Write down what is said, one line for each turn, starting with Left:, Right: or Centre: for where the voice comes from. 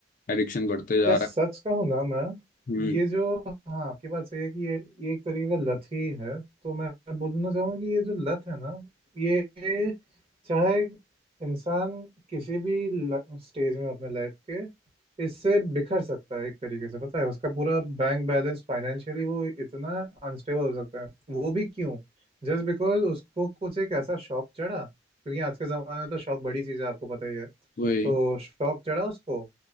Left: एडिक्शन बढ़ते जा
Right: यार सच
Left: रहा
Right: कहूँ ना मैं
Left: है। हम्म
Right: ये जो हाँ आपकी बात सही है कि ये ये एक तरीके का लत ही है तो मैं मैं बोलना चाहूंगा कि ये जो लत है ना ये चाहे इंसान किसी भी स्टेज में हो अपने लाइफ के इससे बिखर सकता है एक तरीके से पता है उसका पूरा बैंक बैलेंस फाइनेंशियली वो इतना अनस्टेबल हो सकता है वो भी क्यों जस्ट बिकॉज उसको कुछ एक ऐसा शौक चढ़ा क्योंकि आज के ज़माने में तो शौक बड़ी चीज़ है आपको पता ही है तो
Left: वही
Right: शौक चढ़ा उसको